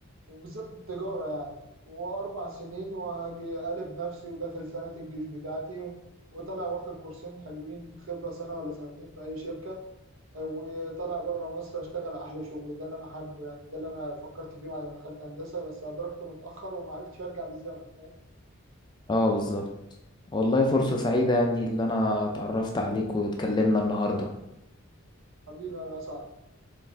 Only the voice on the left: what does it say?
اه بالظبط والله فرصة سعيدة يعني اللي انا اتعرفت عليك واتكلمنا النهاردة